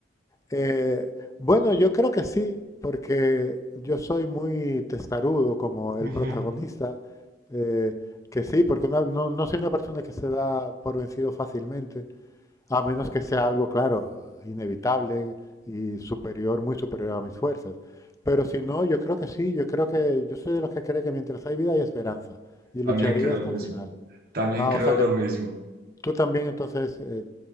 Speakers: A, on the left (about 15°); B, on the right (about 50°).
A: Eh, bueno, yo creo que sí, porque yo soy muy testarudo como el
B: Ujú,
A: protagonista, eh, que sí, porque una- no, no soy una persona que se da por vencido fácilmente, a menos que sea algo, claro, inevitable y superior, muy superior a mis fuerzas. Pero si no, yo creo que sí, yo creo que yo soy de los que cree que mientras hay vida hay esperanza y lucharía
B: También creo
A: hasta
B: lo mismo.
A: el final.
B: También
A: Ah,
B: creo
A: o sea
B: lo
A: que
B: mismo.
A: tú también entonces eh,